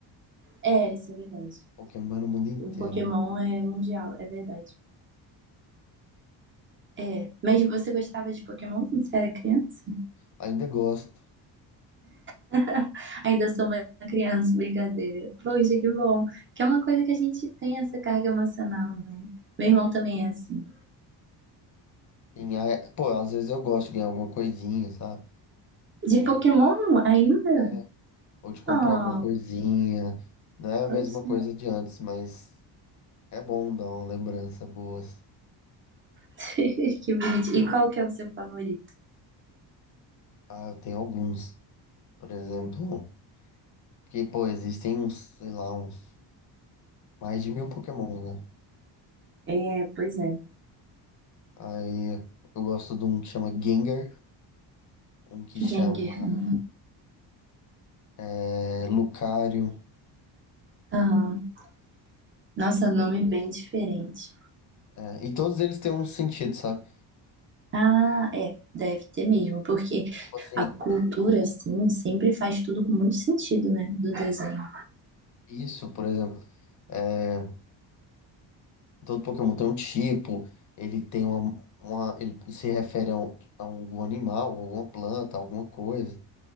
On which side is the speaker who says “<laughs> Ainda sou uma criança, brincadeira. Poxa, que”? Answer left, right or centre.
Right